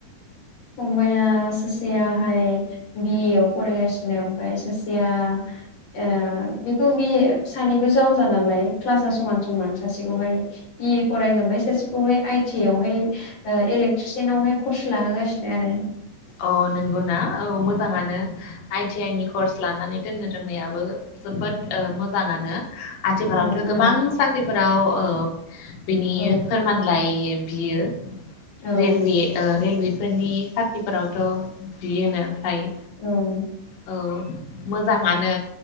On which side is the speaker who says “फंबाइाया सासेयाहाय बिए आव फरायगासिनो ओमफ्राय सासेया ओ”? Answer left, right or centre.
Left